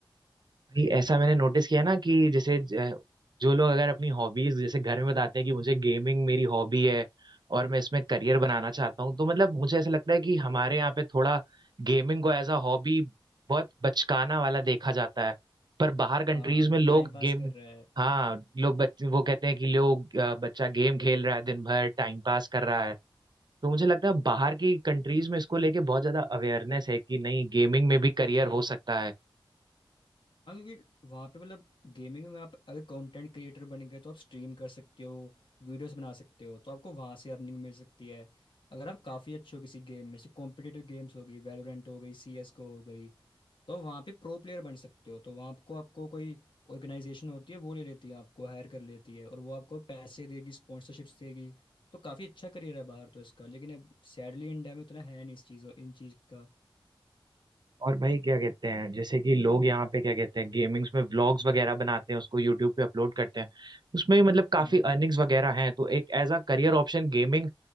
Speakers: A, on the right; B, on the left.
A: भाई ऐसा मैंने नोटिस किया ना कि जैसे ज- जो लोग अगर अपनी हॉबीज जैसे घर में बताते हैं कि मुझे गेमिंग मेरी हॉबी है और मैं इसमें करियर
B: हम्म,
A: बनाना चाहता हूँ तो मतलब मुझे ऐसा लगता है कि हमारे यहाँ पे थोड़ा गेमिंग को एज अ हॉबी बहुत बचकाना वाला देखा जाता है पर बाहर कंट्रीज
B: हाँ
A: में लोग
B: टाइम पास
A: गेम
B: कर रहा है
A: हाँ लोग बच, वो कहते हैं कि लोग अ, बच्चा गेम खेल रहा है दिन भर टाइम पास कर रहा है तो मुझे लगता है बाहर की कंट्रीज में इसको लेके बहुत ज्यादा अवेयरनेस है कि नहीं गेमिंग में भी करियर हो सकता है
B: हाँ क्योंकि वहाँ पे मतलब गेमिंग में आप अगर कंटेंट क्रिएटर बन गए तो आप स्ट्रीम कर सकते हो वीडियोस बना सकते हो तो आपको वहाँ से अर्निंग मिल सकती है अगर आप काफ़ी अच्छे हो किसी गेम में जैसे कॉम्पिटिटिव गेम्स हो गई वैलोरेंट हो गई सी एस को हो गई तो वहाँ पे प्रो प्लेयर बन सकते हो तो वहाँ आपको आपको कोई ऑर्गेनाइजेशन होती है वो ले लेती है आपको हायर कर लेती है और वो आपको पैसे देगी स्पॉन्सरशिप्स देगी तो काफ़ी अच्छा करियर है बाहर तो इसका लेकिन अब सैडली इंडिया में उतना है नहीं इस चीज़ों इन चीज़ का
A: और भाई क्या कहते हैं जैसे कि लोग यहाँ पे क्या कहते हैं गेमिंग्स में व्लॉग्स वगैरह बनाते हैं उसको यूट्यूब पे अपलोड करते हैं उसमें भी मतलब काफी
B: हाँ
A: अर्निंग्स वगैरह हैं तो एक as a career option gaming